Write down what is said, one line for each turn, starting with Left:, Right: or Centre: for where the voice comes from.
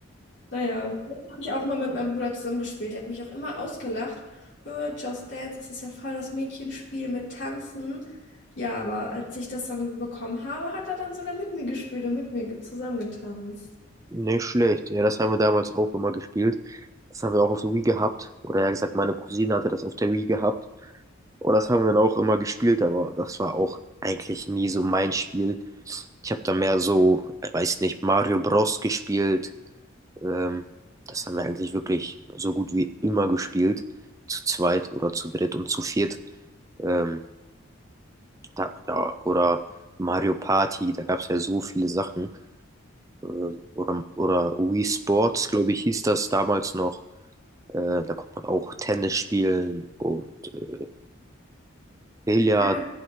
Left: Naja, habe ich auch mal mit meinem Bruder zusammengespielt. Der hat mich auch immer ausgelacht. Äh, Just Dance, das ist ja voll das Mädchenspiel mit Tanzen. Ja, aber als ich das dann bekommen habe, hat er dann sogar mit mir gespielt und mit mir ge- zusammengetanzt.
Right: Nicht schlecht. Ja, das haben wir damals auch immer gespielt. Das haben wir auch auf der Wii gehabt. Oder ja gesagt, meine Cousine hatte das auf der Wii gehabt. Und das haben wir dann auch immer gespielt, aber das war auch eigentlich nie so mein Spiel. Ich habe da mehr so, ich weiß nicht, Mario Bros. gespielt. Ähm, das haben wir eigentlich wirklich so gut wie immer gespielt. Zu zweit oder zu dritt und zu viert. Ähm, da, ja, oder Mario Party, da gab es ja so viele Sachen. Ähm, Oder, oder Wii Sports, glaube ich, hieß das damals noch. Äh, da kommt man auch Tennis spielen und äh, Billard.
Left: Ja,